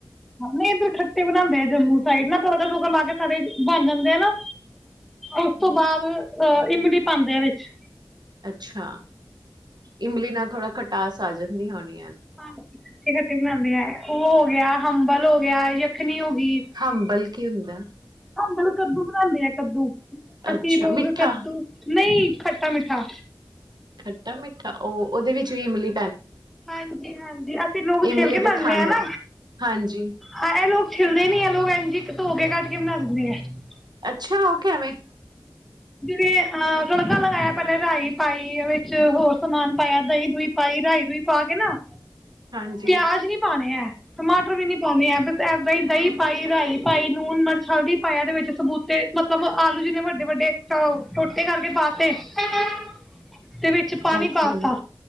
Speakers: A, in the centre; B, on the right.
A: ਨਹੀਂ ਇਧਰ ਖੱਟੇ ਬਣਾਂਦੇ ਆ ਜੰਮੂ <unintelligible> ਲਾ ਕੇ ਸਾਰੇ ਬਣ ਜਾਂਦੇ ਆ ਨਾ ਉਸ ਤੋਂ ਬਾਅਦ ਅਹ ਇਮਲੀ ਪਾਉਂਦੇ ਆ ਵਿਚ
B: ਅੱਛਾ ਇਮਲੀ ਨਾ ਥੋੜਾ ਖੱਟ <unintelligible>
A: <unintelligible> ਉਹ ਹੋ ਗਿਆ ਹੰਬਲ ਹੋ ਗਿਆ ਯਖਣੀ ਹੋ ਗਈ
B: ਹੰਬਲ ਕੀ ਹੁੰਦਾ
A: ਹੰਬਲ ਕੱਦੂ ਬਣਾਂਦੇ ਆ ਕੱਦੂ ਅਸੀ
B: ਅੱਛਾ
A: ਲੋਗ
B: ਮਿੱਠਾ
A: ਕੱਦੂ ਨਹੀ ਖੱਟਾ ਮਿੱਠਾ
B: ਖੱਟਾ ਮਿੱਠਾ ਉਹ ਉਹਦੇ ਵਿੱਚ ਵੀ ਮਿਲੀ
A: ਹਾਂਜੀ ਹਾਂਜੀ ਅਸੀਂ ਲੋਗ
B: ਇਮਲੀ
A: ਸ਼ਿਲ ਕੇ ਬਣਾਂਦੇ
B: ਤੇ ਖੰਡ
A: ਆ ਨਾ
B: ਹਾਂਜੀ
A: ਹਾਂ ਇਹ ਲੋਗ ਛਿਲਦੇ ਨੀ ਇਹ ਲੋਗ <unintelligible> <unintelligible>
B: ਅੱਛਾ ਉਹ ਕੈਵੇ
A: ਜਿਵੇਂ ਅਹ ਤੜਕਾ ਲਗਾਇਆ ਪਹਿਲੇ ਰਾਈ ਪਾਈ ਵਿਚ ਹੋਰ ਸਮਾਨ ਪਾਇਆ ਦਹੀਂ, ਦਹੀਂ ਪਾਈ ਰਾਈ ਰੂਈ ਪਾ ਕੇ ਨਾ
B: ਹਾਂਜੀ
A: ਪਿਆਜ ਨੀ ਪਾਣੇ ਹੈ ਟਮਾਟਰ ਵੀ ਨੀ ਇਦਾਂ ਹੀ ਦਹੀਂ ਪਾਈ, ਰਾਈ ਪਾਈ, ਲੂਣ, ਮਿਰਚ, ਹਲਦੀ ਪਾਇਆ ਇਹਦੇ ਵਿੱਚ ਸਬੂਤੇ ਮਤਲਬ ਆਲੂ ਜਿੰਨੇ ਵੱਡੇ ਵੱਡੇ ਚੌ ਛੋਟੇ ਕਰਕੇ ਪਾਤੇ ਦਿਤੇ ਤੇ ਵਿੱਚ ਪਾਣੀ
B: ਅੱਛਾ
A: ਪਾਤਾ।
B: ਜੀ